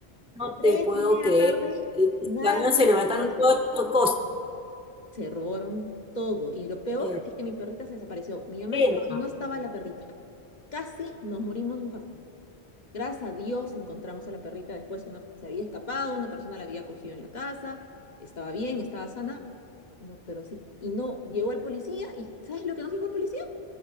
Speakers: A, in the centre; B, on the left.
A: No
B: Tres
A: te puedo
B: y media de
A: creer.
B: la tarde,
A: El
B: nadie,
A: camión se levantaron
B: nadie se
A: todas
B: contó.
A: tus cosas.
B: Se robaron todo. Y lo peor
A: Eh,
B: es que mi perrita se desapareció. Mi mamá
A: pena,
B: entró y no estaba la perrita. Casi nos morimos de infarto. Gracias a Dios encontramos a la perrita. Después una, se había escapado, una persona la había cogido en la casa. Estaba bien, estaba sana. No, pero sí. Y no, llegó el policía y ¿sabes lo que nos dijo el policía?